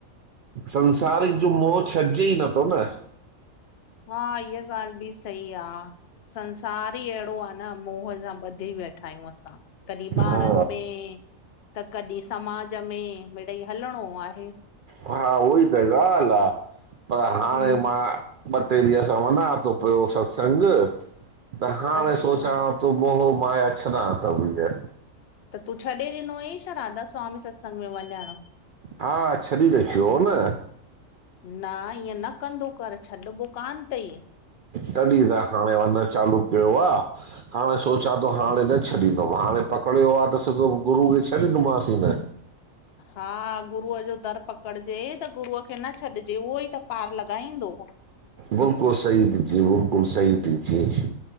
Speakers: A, on the right; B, on the left.
A: संसारीक जो मोहं छॾजे ही नथो न
B: हा, इहा ॻाल्हि बि सही आ। संसार, ही अहिड़ो आ न मोह सां ॿधी वेठा आहियूं असां, कॾहिं ॿारनि
A: हा
B: में त कॾहिं समाज में मीड़ई हलणो आहे।
A: हा उहो ही त ॻाल्हि आ, पर हाणे
B: हम
A: मां ॿ, ट्रे ॾींहं, सां वञा थो पियो सत्संग त हाणे
B: अच्छा
A: सोचां तो मोहो माया छंॾा सभ इहे।
B: त तूं छॾे ॾिनो, हुईं छा राधा स्वामी सत्संग में वञणु?
A: हा, छॾी रखियो हो न।
B: न, ईअं न, कंदो कर छॾिबो कान तई।
A: तॾहिं त हाणे वञण चालू कयो आ। हाणे सोचां थो, हाणे न छॾींदुमि हाणे पकड़ियो आ त, सिधो गुरू खे छॾींदोमांसीं ही न।
B: हा, गुरूअ जो दर पकड़जे, त गुरूअ खे न छॾिजे, उहो ई त पार लॻाईंदो।
A: बिल्कुलु सही थी चैए, बिल्कुलु सही थी चैए।